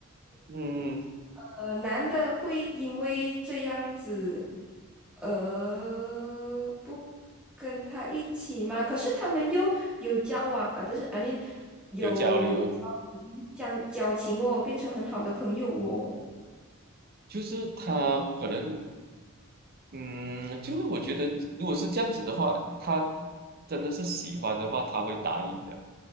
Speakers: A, on the right; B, in the centre.
A: 嗯，
B: 呃，男的会因为这样子，呃，不跟他一起吗？可是他们又有交往，呃，不是，I mean，有交情，
A: 有交流，
B: 交交情哦，变成很好的朋友哦。
A: 就是他可能，嗯，就是我觉得如果是这样子的话，他真的是喜欢的话，他会答应的。